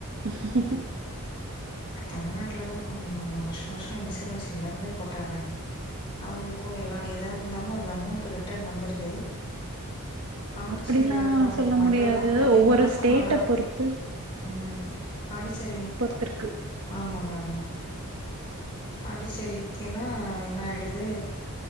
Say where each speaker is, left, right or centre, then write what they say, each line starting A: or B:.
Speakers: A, on the right; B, on the left.
A: ம் ஹூ ஹூ ஹூ
B: தமிழ்நாட்டுல தா ஒன்னு வருஷோ வருஷோ இன்சூரன்ஸ் எல்லாருமே போட்டர்றாங்க அவுங்களுக்கு எல்லா எதா இருந்தாலு அது அமௌண்ட்டு ரிட்டன் வந்துருது பாண்டிச்சேரில
A: அப்படிலா
B: இருக்குறவங்களுக்கு
A: சொல்ல
B: மட்டு
A: முடியாது
B: தா பயிர்
A: ஒவ்வொரு
B: நாசமானா
A: ஸ்டேட்ட பொறுத்து
B: உ பாண்டிச்சேறியு
A: திருக்கு
B: ஆமாங்க ஆமா பாண்டிச்சேரிக்குன்னா என்ன ஆய்டுது